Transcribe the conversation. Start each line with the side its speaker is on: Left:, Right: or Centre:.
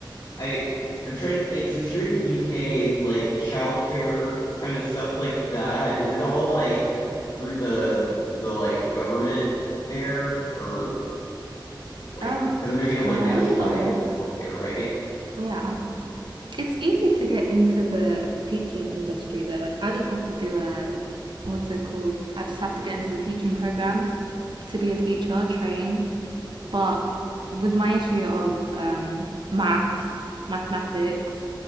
Left: I I'm trying to think, since you're in the UK, like childcare kind of stuff like that, is it all like through the the like government there or like
Right: Um,
Left: because I know
Right: kind
Left: you have like nationalized
Right: of.
Left: healthcare, right?
Right: Yeah. It's easy to get into the teaching industry though. Like I just have to do a what's it called? I just have to get into the teaching program to be a teacher, train. But with my issue of um, maths, mathematics,